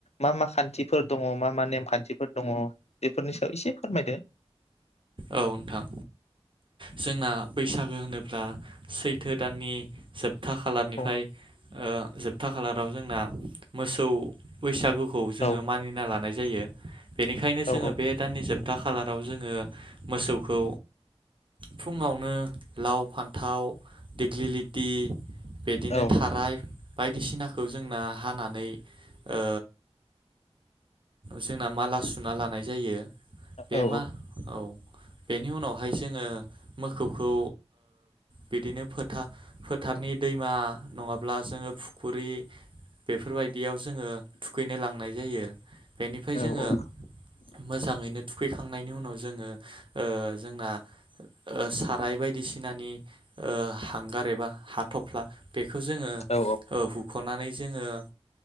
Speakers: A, on the left; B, on the right.
A: मा मा खान्थिफोर दङ मा मा नेम खान्थिफोर दङ बेफोरनि सायाव एसे फोरमायदो।
B: औ नोंथां जोंना बैसागो होनोब्ला सैथो दाननि जोब था खालारनिफ्राय
A: औ
B: ओ जोब खथा खालाराव जोंना मोसौ बैसागु खौ जोङो
A: औ
B: मानिना लानाय जायो। बेनिखायनो
A: औ
B: जोङो बे दाननि जोब था खालाराव जोङो मोसौखौ फुङावनो लाव फान्थाव देग्लिलिथि बिदिनो
A: औ
B: थाराय बायदिसिनाखौ जोंना हानानै ओ जोंना माला सुना लानाय जायो बे
A: औ
B: मा औ‌। बेनि उनावहाय जोङो मोखौखौ बिदिनो फोथार फोथारनि दैमा नङाब्ला जोङो फुखुरि बेफोरबायदियाव जोङो थुखैनो लांनाय जायो बेनिफ्राय
A: औ
B: जोङो मोजाङैनो थुखैखांनायनि उनाव जोङो ओ जोंना साथ राय बायदिसिनानि ओ हांगार एबा हाथफ्ला बेखौ जोङो
A: औ
B: हुखो खनानै जोङो